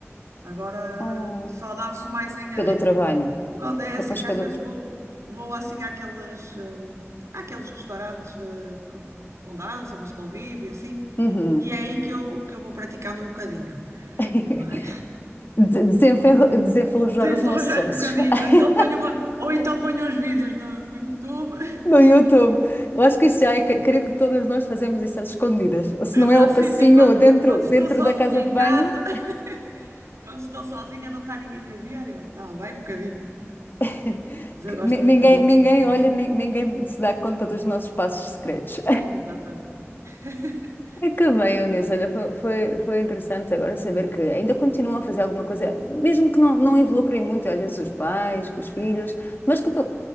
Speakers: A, on the right; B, on the left.
A: Agora
B: Oh,
A: só danço mais em, em-
B: pelo trabalho.
A: <laughs> quando é
B: Capaz
A: assim,
B: pelo.
A: às vezes
B: tra-
A: vou vou assim àqueles, hum, àqueles restaurantes de- co- com dança, música ao vivo e assim.
B: Uhum.
A: E é aí que eu que eu vou praticando um bocadinho.
B: <laughs>
A: Mas
B: De- desenferru- Desenferrujar
A: <laughs> enferrujar
B: os nossos sócios
A: um bocadinho, então
B: <laughs>
A: ponho uma, ou então ponho uns vídeos no, no YouTube
B: no YouTube. Eu acho que isso já é. que- Creio que todas nós fazemos isso às escondidas. Ou Se
A: Exato,
B: não é o passinho
A: sim, sim, quando,
B: ou dentro,
A: quando estou
B: dentro
A: sozinha
B: da casa
A: em
B: de banho,
A: casa, <laughs> quando estou sozinha não está ninguém a ver, eu tá, vai um bocadinho,
B: <laughs>
A: mas eu
B: que
A: gosto
B: ni-
A: muito
B: ninguém,
A: de música.
B: ninguém olha, ni- ninguém se dá conta dos nossos passos secretos.
A: Exatamente. <laughs>
B: É que bem, Eunice, olha, foi, foi, foi interessante agora saber que ainda continuam a fazer alguma coisa, mesmo que não, não involucrem muito, às vezes, os pais, com os filhos,
A: Sim,
B: mas que pe-